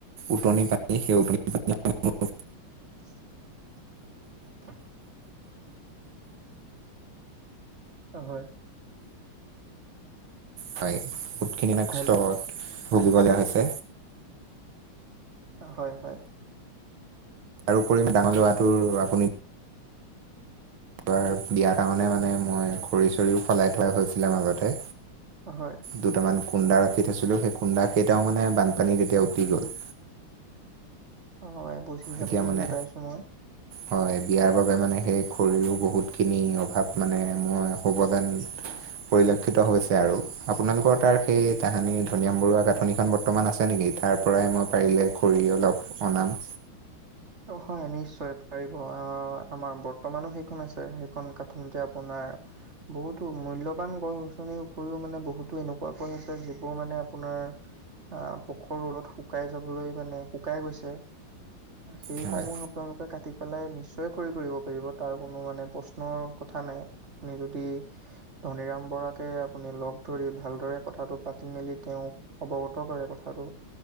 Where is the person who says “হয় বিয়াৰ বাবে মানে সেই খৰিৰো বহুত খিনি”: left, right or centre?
Right